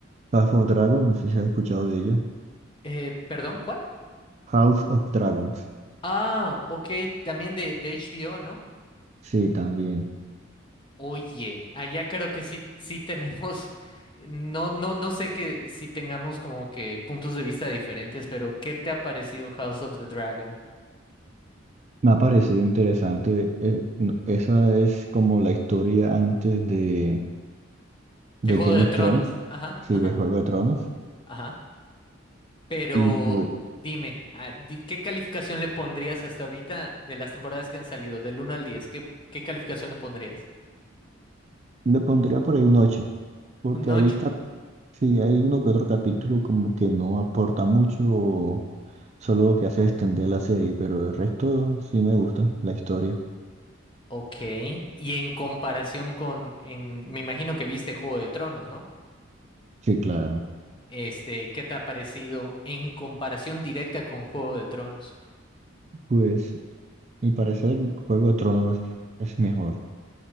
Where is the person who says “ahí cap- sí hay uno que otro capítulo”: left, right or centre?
Right